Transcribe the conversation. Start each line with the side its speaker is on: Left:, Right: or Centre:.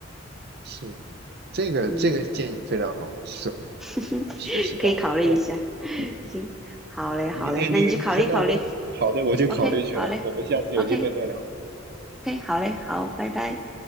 Right: 是，这个这个建议非常好，
Centre: 嗯，
Right: 是
Centre: <laughs>
Right: 学习到了。
Centre: 可以考虑一下，
Right: 那我，嗯，
Centre: 行，好嘞，
Right: 那我们今天就先到这儿好的，
Centre: 好嘞，那你就考虑考虑
Right: 我去考虑去了，
Centre: ，OK，好嘞，OK，OK，
Right: 我们下次有机会再聊。
Centre: 好嘞，好，拜拜。